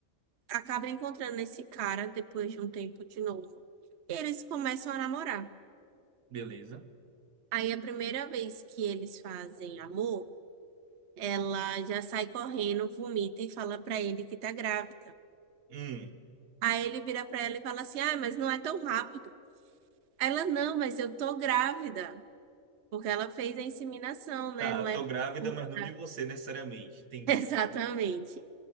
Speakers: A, on the right (about 60°); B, on the right (about 80°).
A: acaba encontrando esse cara depois de um tempo de novo. E eles começam a namorar.
B: beleza.
A: Aí a primeira vez que eles fazem amor Ela já sai correndo, vomita e fala pra ele que tá grávida.
B: Hum,
A: Aí ele vira pra ela e fala assim: "Ah, mas não é tão rápido". Aí Ela: "Não, mas eu tô grávida, porque ela fez a inseminação, né?
B: tá,
A: Não
B: tô
A: é
B: grávida,
A: <laughs>
B: mas não de você necessariamente, entendi.
A: exatamente".